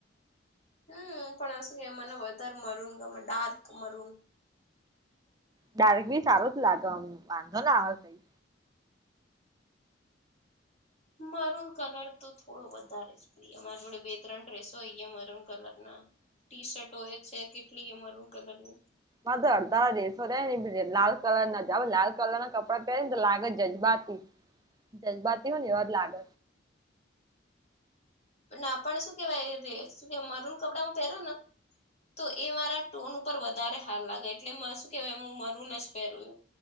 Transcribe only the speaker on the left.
હમ પણું કે એ મને વધારે મરન ગમે ડાર્ક મરન.
મારન કલર તો થોડો વધારે છે. અમારી જોડે બે ત્રણ ડ્રેસો હોઈ મરૂન કલર ના ટી શર્ટ હો એ છે કેટલી એ મરણ કલરની
પણ આપણ શું કેહેવાય શું કે મર ન કપડા હું પહેર ને તો એ મારા ટોન ઉપર વધારે હાર લાગે એટલે શું કેહેવાય હું મરું ન જ પહેરું.